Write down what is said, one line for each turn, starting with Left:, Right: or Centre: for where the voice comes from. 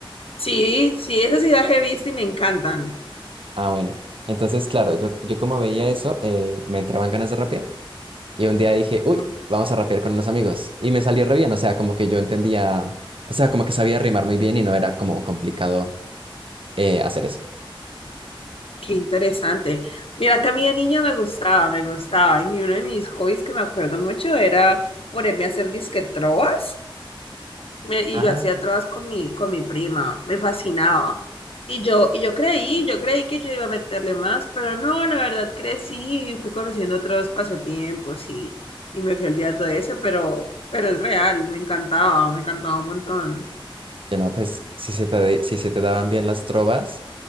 Left: Sí, sí, esas sí las he visto y me encantan.
Right: Ah, bueno. Entonces, claro, yo, yo como veía eso, eh, me entraban ganas de rapear. Y un día dije, uy,
Left: Ah,
Right: vamos a rapear con unos amigos. Y me salió re bien. O sea, como que yo entendía, o sea, como que sabía rimar muy bien y no era como complicado eh, hacer eso.
Left: Qué interesante. Mira que a mí de niña me gustaba, me gustaba. Y uno de mis hobbies que me acuerdo mucho era ponerme a hacer disque trovas. me- y
Right: Ah.
Left: yo hacía trovas con mi, con mi prima, me fascinaba. Y yo, y yo creí, yo creí que yo iba a meterle más, pero no, la verdad crecí y fui conociendo otros pasatiempos y, y me fui olvidando de ese, pero, pero es real, me encantaba, me encantaba un montón.
Right: Y no, pues si se te, si se te daban bien las trovas,